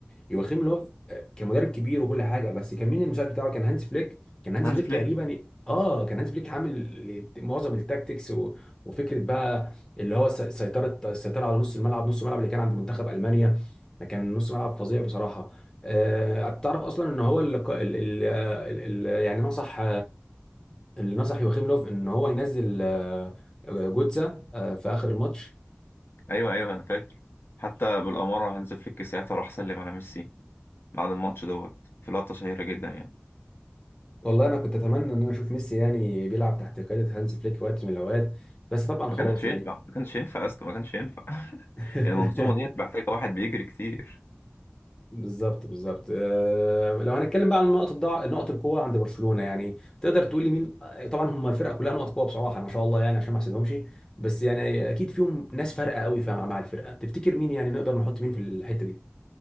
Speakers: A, on the left; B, on the left.
A: يواخيم لوف آه، كان مدرب كبير وكل حاجه بس كان مين المساعد بتاعه كان هانز فليك كان هانز
B: هانز
A: فليك
B: فليك
A: تقريبا اه كان هانز فليك عامل معظم التاكتكس و... وفكره بقى اللي هو الس- سيطره السيطره على نص الملعب نص الملعب اللي كان عند منتخب المانيا كان نص ملعب فظيع بصراحه آه، تعرف اصلا ان هو اللي... اللي... اللي... يعني نصح اللي نصح يوخيم لوف ان هو ينزل آه، آه، جوتزا آه، في اخر الماتش
B: ايوه ايوه انا فاكر حتى بالاماره هانز فليك ساعتها راح سلم على ميسي بعد الماتش دوت في لقطه شهيره جدا يعني
A: والله انا كنت اتمنى ان انا اشوف ميسي يعني بيلعب تحت قياده هانز فليك في وقت من الاوقات بس طبعا
B: ما
A: خلاص
B: كانش ينفع
A: يعني
B: ما كانش ينفع اصلا ما كانش ينفع
A: <laughs>
B: <laughs> المنظومه ديت محتاجه واحد بيجري كتير
A: بالظبط بالظبط آه، لو هنتكلم بقى عن نقط الضعف نقط القوه عند برشلونه يعني تقدر تقول لي مين آه، طبعا هم الفرقه كلها نقط قوه بصراحه ما شاء الله يعني عشان ما احسدهمش بس يعني اكيد فيهم ناس فارقه قوي مع مع الفرقه تفتكر مين يعني نقدر نحط مين في الحته دي